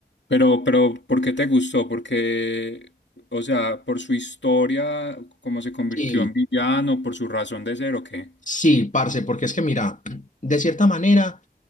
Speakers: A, on the left (about 85°); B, on the left (about 45°).
A: Pero, pero, ¿por qué te gustó? Porque, o sea, por su historia, cómo se convirtió
B: Sí,
A: en villano, por su razón de ser, ¿o qué?
B: sí, parce, porque es que mira, <clears throat> de cierta manera,